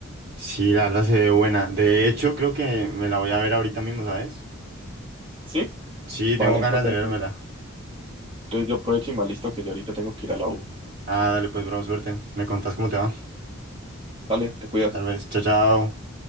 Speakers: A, on the right; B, on the right.
A: Sí, la verdad se ve buena. De hecho, creo que me la voy a ver ahorita mismo, ¿sabes?
B: Sí,
A: Sí,
B: vale,
A: tengo ganas
B: me parece.
A: de vérmela.
B: Entonces yo aprovecho y me listo que yo ahorita tengo que ir a la U.
A: Ah, dale pues, bro, suerte. Me contás cómo te va.
B: Dale, te cuidas.
A: Tal vez, chao, chao.